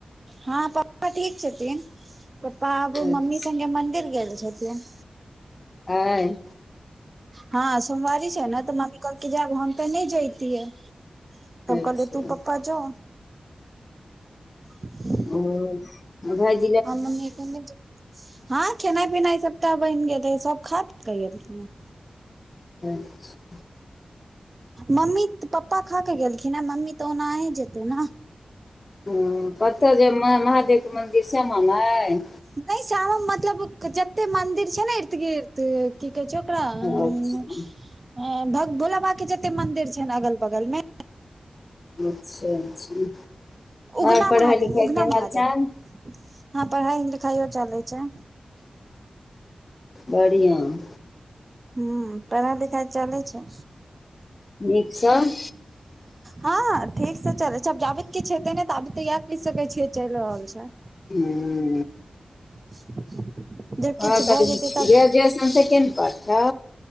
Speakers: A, on the right; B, on the left.
A: हँ पप्पा ठीक छथिन। पप्पा आब
B: अच्छा
A: मम्मी सङ्गे मंदिर गेल छथिन।
B: आय?
A: हँ सोमवारी छै ने तऽ मम्मी कहलकै जैब हम तऽ नय जैतियैऽ। हम
B: अच्छा
A: कहलियै तू पप्पा जो। <unintelligible>
B: ओ - भेज
A: हम मम्मी <unintelligible> हँ खेनाइ -पिनाइ सबटा बैन गेलय। सब खा-पीक एलखिना।
B: <inaudible>
A: मम्मी -पप्पा खाके गेलखिने। मम्मी तऽ ओनाहे जेतै नऽ?
B: हं। कत्त जेमां महादेवके मन्दिर श्यामा माय?
A: नय श्यामा मतलब क-जत्ते मंदिर छै ने इर्तगिर्त तऽ की कहै छै ओकरा अम्-
B: अच्छा
A: हं भक्भोला बाबाक के जत्ते मंदिर छैन अगल बगल मे
B: अच्छा- अच्छा।
A: उगना
B: और पढ़ाइ-
A: महादेव
B: लिखाइ
A: उगना
B: के हाल
A: महादेव
B: चाल?
A: हँ पढ़ाई -लिखाइयो चलय छै।
B: बढ़िआं
A: ह पढ़ाई लिखाइ चलै छै।
B: नीक झें।
A: हँ ठीक से चलै छै जाब त किछु हेते ने ताबित ते इयाह कह सकै छियै चइल रहल छै।
B: उन
A: <unintelligible>
B: हँ त तऽ
A: जेतै तब
B: जै -जै सुनतो सै ने करतो।